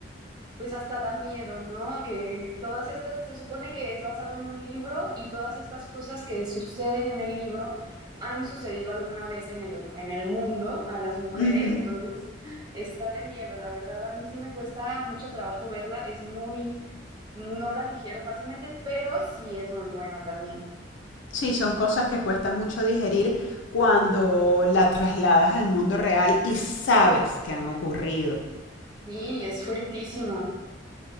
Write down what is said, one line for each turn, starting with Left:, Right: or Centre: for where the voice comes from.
Right: pues hasta da miedo, ¿no? Que todas estas, se supone que es basado en un libro y todas estas cosas que suceden en el libro han sucedido alguna vez en el, en el mundo a las mujeres,
Left: Ujú.
Right: entonces está de miedo, la verdad, a mí sí me cuesta mucho trabajo verla, es muy, no la digiero fácilmente, pero sí es muy buena también.
Left: Sí, son cosas que cuesta mucho digerir cuando la trasladas al mundo real y sabes que han ocurrido.
Right: Y es fuertísimo.